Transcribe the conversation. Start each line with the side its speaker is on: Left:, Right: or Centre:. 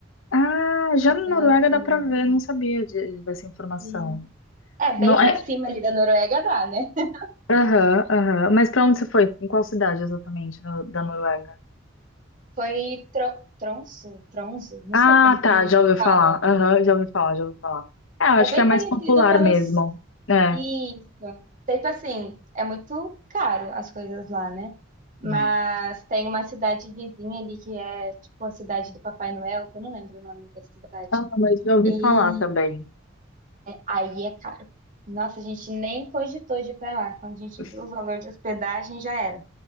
Left: Ah, já
Right: Então,
Left: na Noruega
Right: assim.
Left: dá pra ver, não sabia de- dessa informação.
Right: e- É, bem
Left: Não,
Right: pra
Left: é,
Right: cima ali da Noruega dá, né? <laughs>
Left: Aham, aham. Mas pra onde você foi? Em qual cidade exatamente no- da Noruega?
Right: Foi Tro- Tronso, Tronso, não
Left: Ah,
Right: sei como que
Left: tá, já ouvi
Right: fala.
Left: falar. Aham, já ouvi falar, já ouvi falar. É, eu acho
Right: É bem
Left: que é a mais
Right: conhecido
Left: popular
Right: pelos.
Left: mesmo. É,
Right: Isso. Tipo assim, é muito caro as coisas lá, né? Mas
Left: né?
Right: tem uma cidade vizinha ali que é tipo a cidade do Papai Noel, que eu não lembro o nome da cidade.
Left: Ah, mas já ouvi
Right: E
Left: falar também.
Right: Aí é caro. Nossa, a gente nem cogitou de ir pra lá. Quando a gente
Left: <laughs>
Right: viu o valor de hospedagem, já era.